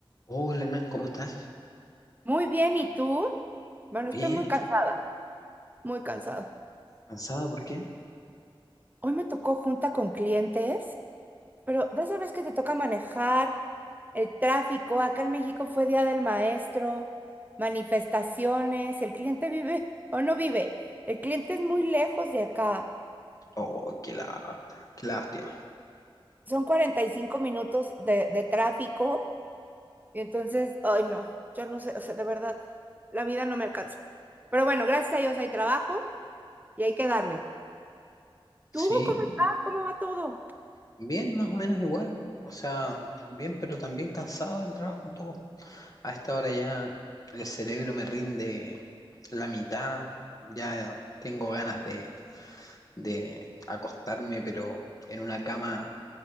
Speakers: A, on the left (about 40°); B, on the right (about 20°).
A: Hola, Nan, ¿cómo estás?
B: Muy bien, ¿y tú? Bueno,
A: Bien,
B: estoy muy cansada, muy cansada.
A: ¿cansada por qué?
B: Hoy me tocó junta con clientes, pero de esa vez que te toca manejar el tráfico, acá en México fue Día del Maestro, manifestaciones, el cliente vive <laughs> o no vive, el cliente es muy lejos de acá,
A: Oh, qué la, qué lástima.
B: son 45 minutos de, de tráfico y entonces, ay no, yo no sé, o sea, de verdad, la vida no me alcanza. Pero bueno, gracias a Dios hay trabajo y hay que darle.
A: Sí,
B: ¿Tú cómo estás? ¿Cómo va todo?
A: bien, más o menos igual. O sea, bien, pero también cansado del trabajo un poco. A esta hora ya el cerebro me rinde la mitad. Ya tengo ganas de, de acostarme, pero en una cama